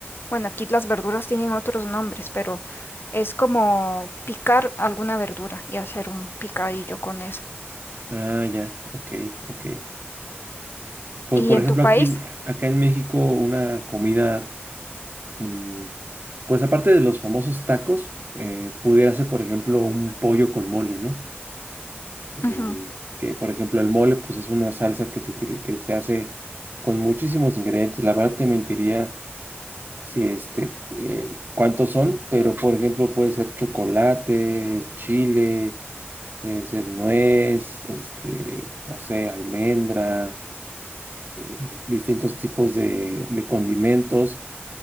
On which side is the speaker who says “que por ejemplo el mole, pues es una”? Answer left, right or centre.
Right